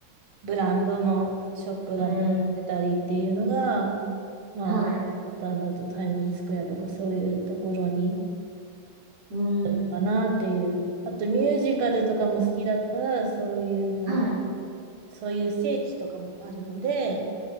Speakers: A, on the right; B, on the right.
A: ブランドのショップが出たりっていうのが、
B: うーん、
A: まあ、
B: はい、
A: ボタンだとタイムズスクエアとかそういうところに
B: うーん、
A: あるかなっていう。あとミュージカルとかも好きだったら、そういうの、
B: はい、
A: そういう聖地とかもあるので、